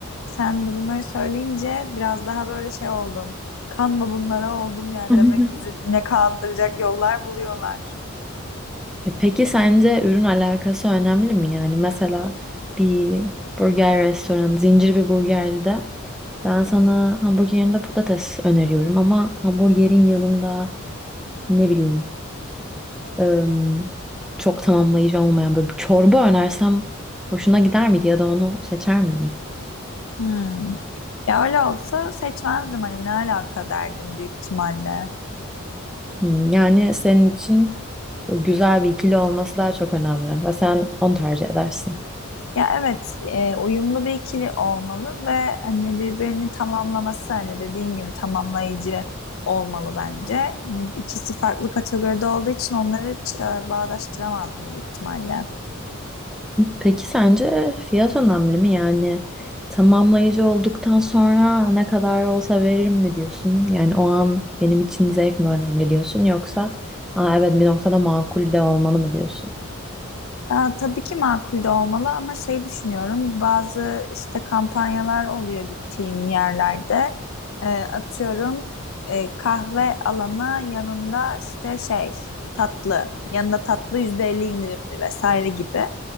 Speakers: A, on the left; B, in the centre.
A: Sen de bunları söyleyince biraz daha böyle şey oldum. Kanma bunlara oldum yani
B: <laughs>
A: demek bizi ne kandıracak yollar buluyorlar.
B: Ya peki sence ürün alakası önemli mi? Yani mesela bir burger restoranı, zincir bir burgerci de ben sana hamburgerin de patates öneriyorum ama hamburgerin yanında ne bileyim ım, çok tamamlayıcı olmayan böyle bir çorba önersem hoşuna gider miydi ya da onu seçer miydin?
A: Hmm. Ya öyle olsa seçmezdim hani ne alaka derdim büyük ihtimalle.
B: Hmm, yani senin için güzel bir ikili olması daha çok önemli ve sen onu tercih edersin.
A: Ya evet e, uyumlu bir ikili olmalı ve hani birbirini tamamlaması hani dediğin gibi tamamlayıcı olmalı bence. Hani ikisi farklı kategoride olduğu için onları ça- bağdaştıramazdım büyük ihtimalle.
B: Peki sence fiyat önemli mi? Yani tamamlayıcı olduktan sonra ne kadar olsa veririm mi diyorsun? Yani o an benim için zevk mi önemli diyorsun yoksa Aa, evet bir noktada makul de olmalı mı diyorsun?
A: Ya, tabii ki makul de olmalı ama şey düşünüyorum bazı işte kampanyalar oluyor gittiğim yerlerde Ee, atıyorum e, kahve alana yanında işte şey tatlı yanında tatlı %50 indirimli vesaire gibi.